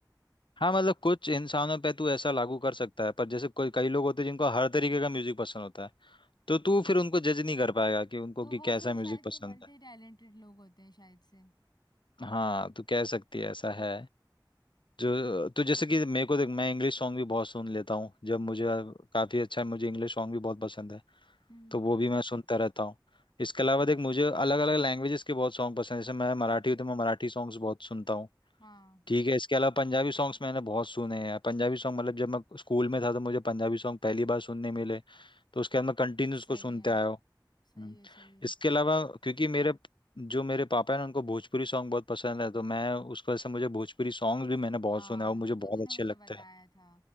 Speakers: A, on the left; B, on the left.
A: हाँ मतलब कुछ इंसानों पे तू ऐसा लागू कर सकता है पर जैसे कोई कई लोग होते हैं जिनको हर तरीके का म्यूजिक पसंद होता है तो तू फिर उनको जज नहीं कर पाएगा कि उनको
B: तो
A: कि
B: वो
A: कैसा
B: फिर
A: म्यूजिक
B: शायद
A: पसंद
B: से मल्टी
A: है
B: टैलेंटेड लोग होते हैं शायद से
A: हाँ तू कह सकती है ऐसा है जो तो जैसे कि मेरे को देख मैं इंग्लिश सॉन्ग भी बहुत सुन लेता हूँ जब मुझे काफी अच्छा मुझे इंग्लिश सॉन्ग भी बहुत पसंद है
B: हम्म
A: तो वो भी मैं सुनता रहता हूँ इसके अलावा देख मुझे अलग अलग लैंग्वेजेस के बहुत सॉन्ग पसंद है जैसे मैं मराठी हूँ तो मैं मराठी सॉन्ग्स बहुत सुनता हूँ
B: हाँ
A: ठीक है इसके अलावा पंजाबी सॉन्ग्स मैंने बहुत सुने हैं पंजाबी सॉन्ग मतलब जब मैं स्कूल में था तो मुझे पंजाबी सॉन्ग पहली बार सुनने मिले तो उसके बाद मैं कंटिन्यू
B: सही
A: उसको सुनते
B: है
A: आया हूँ
B: सही
A: हम्म।
B: है सही है
A: इसके अलावा क्योंकि मेरे जो मेरे पापा हैं ना उनको भोजपुरी सॉन्ग बहुत पसंद है तो मैं उसकी वजह से मुझे भोजपुरी सॉन्ग भी मैंने
B: हाँ
A: बहुत सुना है और मुझे
B: वो तो
A: बहुत
B: तूने
A: अच्छे
B: मुझे
A: लगते
B: बताया
A: हैं
B: था